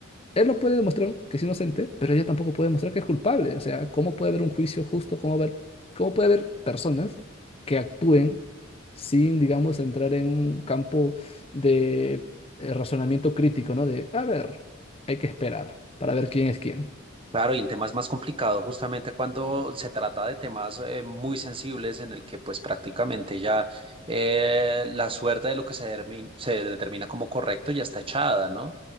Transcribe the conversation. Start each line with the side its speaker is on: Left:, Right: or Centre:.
Left: él no puede demostrar que es inocente, pero ella tampoco puede demostrar que es culpable. O sea, ¿cómo puede haber un juicio justo? ¿Cómo haber- cómo puede haber personas que actúen sin, digamos, entrar en un campo de eh, razonamiento crítico, ¿no? De, a ver, hay que esperar para ver quién es quién.
Right: Claro, y el tema es más complicado justamente cuando se trata de temas eh, muy sensibles en el que pues prácticamente ya eh, la suerte de lo que se, dermi- se determina como correcto ya está echada, ¿no?